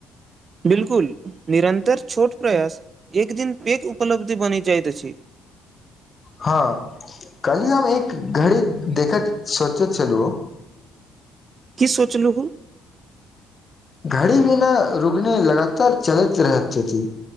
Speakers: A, on the right; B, on the left.
A: बिल्कुल निरन्तर छोट प्रयास एक दिन पैघ उपलब्ध बनि जाइत अछि
B: हँ कहली हम एक घड़ी देखैत सोचैत छलु
A: की सोचलहु
B: घड़ी बिना रुकने लगातार चलैत रहैत छथिन